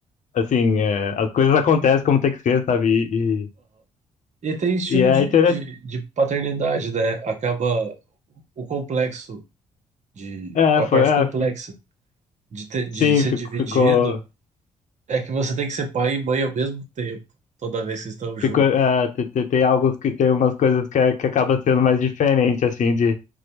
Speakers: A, on the left; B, on the right.
A: assim, é, as coisas acontecem como tem que ser, sabe? E,
B: E tem estilo
A: e, e é
B: de,
A: interessante.
B: de, de paternidade, né? Acaba o complexo de,
A: É,
B: a
A: foi,
B: parte
A: é,
B: complexa
A: f-
B: de, ter, de
A: sim,
B: ser
A: fico-
B: dividido
A: ficou,
B: é que você tem que ser pai e mãe ao mesmo tempo, toda vez que estão juntos.
A: ficou, é, te- te- tem, alguns que tem umas coisas que, é- que acaba sendo mais diferente, assim, de